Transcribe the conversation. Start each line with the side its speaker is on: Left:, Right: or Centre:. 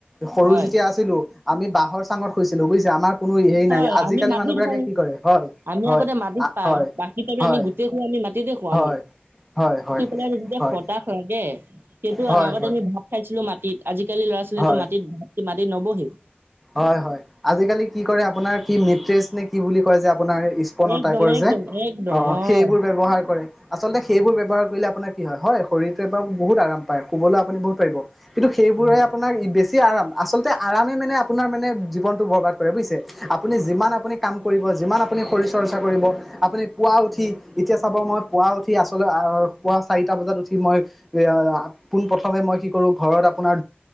Centre: সৰু
Right: হয়
Centre: যেতিয়া আছিলো, আমি বাঁহৰ চাঙত শুইছিলো বুজিছে আমাৰ, কোনো হেৰি
Right: হয়
Centre: নাই আজিকালি
Right: আমি মাটিত
Centre: মানুহ বিলাকে
Right: শুং,
Centre: কি কৰে হয়
Right: আমি
Centre: হয়
Right: আগতে মাটিত প
Centre: হয়
Right: পাৰি ত
Centre: হয়
Right: আমি গোটেই খিনি আমি, মাটিতে হোৱাং।
Centre: হয় হয় হয়,
Right: যেতিয়া
Centre: হয়
Right: হতাশ লাগে, কিন্তু
Centre: হয়
Right: আগতে
Centre: হয়
Right: আমি ভাত খাইছিলো মাটি আজিকালি ল'ৰা ছোৱালীটো
Centre: হয়
Right: মাটিত মাটি নবসেই।
Centre: হয় হয়, আজিকালি কি কৰে আপোনাৰ কি মেট্ৰজ নে কি বুলি কয় যে। আপোনাৰ স্পনৰ
Right: একদম
Centre: টাইপৰ
Right: একদম
Centre: যে,
Right: একদম
Centre: অ
Right: হয়
Centre: সেইবোৰ ব্যৱহাৰ কৰে। আচলতে সেইবোৰ ব্যৱহাৰ কৰিলে আপোনাৰ কি হয়, শৰীৰটোৱে বু বহুত আৰাম পায় শুবলৈও আপুনি বহুত পাৰিব। কিন্তু সেইবোৰে
Right: হয়
Centre: আপোনাৰ বেছি আৰাম, আচলতে আৰামে মানে, আপোনাৰ মানে জীৱনটো বৰবাদ কৰে বুজিছে। আপুনি যিমান আপুনি কাম কৰিব যিমান আপুনি শৰীৰ চৰ্চা কৰিব। আপুনি পুৱা উঠি, এতিয়া চাব মই পুৱা উঠি আচলতে আহ পুৱা চাৰিটা বজাত উঠি। কি মই এ <unintelligible> পোন প্ৰথমে মই কি কৰোঁ, ঘৰত আপোনাৰ